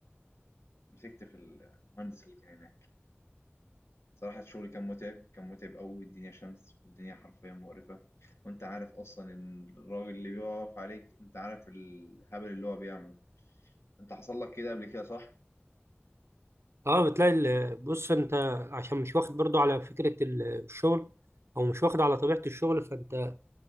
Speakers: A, on the left; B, on the right.
A: مسكت في المهندس اللي كان هناك صراحه الشغل كان متعب كان متعب قوي الدنيا شمس والدنيا حرفيا مقرفه وانت عارف اصلا ان الراجل اللي بيقف عليك انت عارف الهبل اللي هو بيعمله انت حصل لك كده قبل كده صح
B: اه بتلاقي ال- بص انت عشان مش واخد برضو على فكرة ال- الشغل او مش واخد على طبيعة الشغل فانت